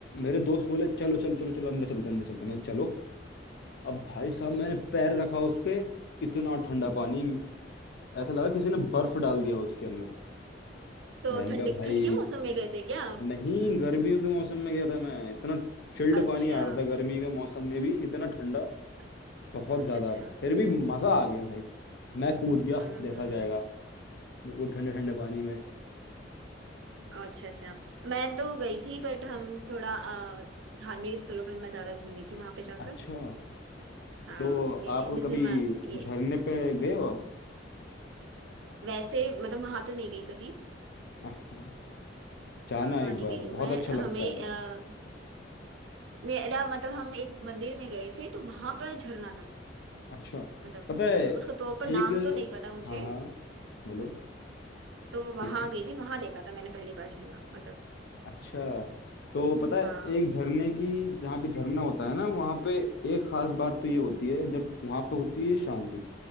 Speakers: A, on the left; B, on the right.
A: मेरे दोस्त बोले चलो चलो चलो चलो अंदर चलते हैं, अंदर चलते हैं। मैं चलो अब भाई साहब मैंने पैर रखा उस पे इतना ठंडा पानी ऐसा लगा किसी ने बर्फ डाल दिया हो उसके अंदर
B: तो
A: मैंने
B: ठंड
A: कहा भाई
B: ठंड के मौसम में गए थे क्या आप
A: नहीं गर्मियों के मौसम में गया था मैं इतना चिल्ड
B: अच्छा
A: पानी आ रहा था गर्मी के मौसम में भी इतना ठंडा
B: अच्छा
A: बहुत
B: अच्छा
A: ज्यादा
B: अच्छा
A: फिर भी मजा आ गया भाई मैं कूद गया
B: हम्म
A: देखा
B: हम्म
A: जाएगा वो ठंडे ठंडे पानी में
B: अच्छा अच्छा मैं तो गई थी बट हम थोड़ा अ, धार्मिक स्थलों पर मैं ज्यादा घूमी थी वहां पे जाकर
A: अच्छा
B: हाँ
A: तो
B: ये-
A: आप
B: जैसे
A: कभी
B: मैं ये
A: झरने पे गए हो आप
B: वैसे मतलब वहां तो नहीं गई कभी
A: हाँ, जाना
B: हाँ वहां
A: एक
B: नहीं
A: बार
B: गई
A: बहुत
B: हूँ मैं
A: अच्छा
B: हमें
A: लगता है
B: अ, मेरा मतलब हम एक मंदिर में गए थे तो वहां पर झरना था
A: अच्छा
B: मतलब
A: पता है
B: अ, उसका प्रॉपर नाम
A: एक
B: तो नहीं पता मुझे
A: हाँ हाँ बोलो
B: तो वहां
A: ठीक है
B: गई थी वहां देखा था मैंने पहली बार झरना मतलब
A: अच्छा तो पता
B: हाँ
A: है एक झरने की जहाँ पे झरना होता है ना वहाँ पे एक खास बात तो ये होती है जब वहाँ पे होती है शांति